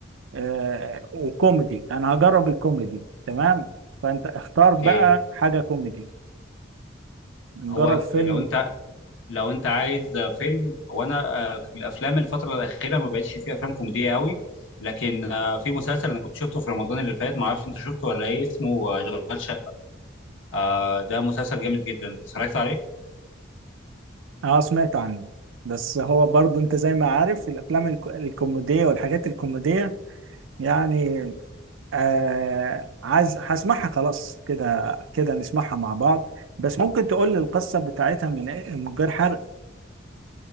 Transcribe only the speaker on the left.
اوكي
هو
لو انت لو انت عايز فيلم وانا آه، الافلام الفتره الاخيره ما بقتش فيها افلام كوميديه قوي لكن آه، في مسلسل انا كنت شفته في رمضان اللي فات ما اعرفش انت شفته ولا ايه اسمه آه، اشغال آه ده مسلسل جامد جدا انت اتفرجت عليه